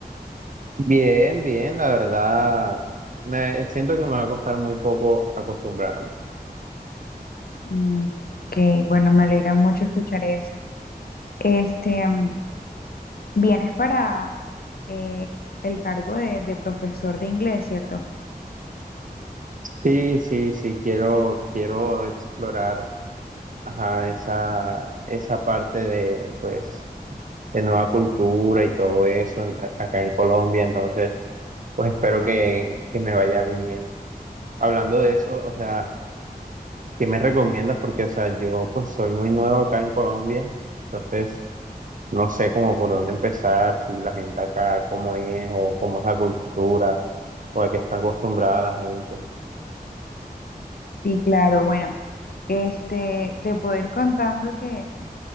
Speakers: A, on the right (about 55°); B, on the left (about 70°).
A: Bien, bien, la verdad, me siento que me va a costar muy poco acostumbrarme.
B: Mm, ok, bueno, me alegra mucho escuchar eso. Este, mm, vienes para eh, el cargo de, de profesor de inglés, ¿cierto?
A: Sí, sí, sí, quiero, quiero explorar, ajá, esa, esa parte de, pues, de nueva cultura y todo eso en- a- acá en Colombia. Entonces, pues espero que, que me vaya bien. Hablando de eso, o sea, ¿qué me recomiendas? Porque, o sea, yo pues soy muy nuevo acá en Colombia, entonces no sé cómo por dónde empezar, si la gente acá cómo es o cómo es la cultura o a qué está acostumbrada la gente.
B: Sí, claro. Bueno, este, te puedo ir contando que